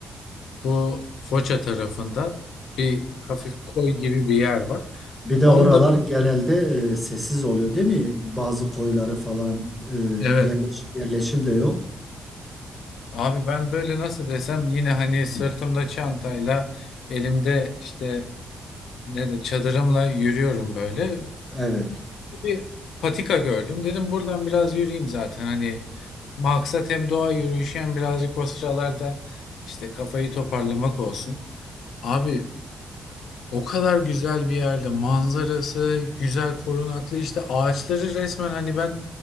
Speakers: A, on the left (about 80°); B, in the centre.
A: Bu Foça tarafında bir hafif koy gibi bir yer var.
B: Bir de
A: Onu
B: oralar
A: da bö-
B: genelde e, sessiz oluyor değil mi? Bazı koyları falan e,
A: evet
B: yerleş- yerleşim de yok.
A: abi ben böyle nasıl desem yine hani sırtımda çantayla elimde işte ne de çadırımla yürüyorum böyle.
B: Evet.
A: Bir patika gördüm. Dedim buradan biraz yürüyeyim zaten. Hani maksat hem doğa yürüyüşü hem birazcık o sıralarda işte kafayı toparlamak olsun. Abi O kadar güzel bir yerde manzarası, güzel korunaklı işte ağaçları resmen hani ben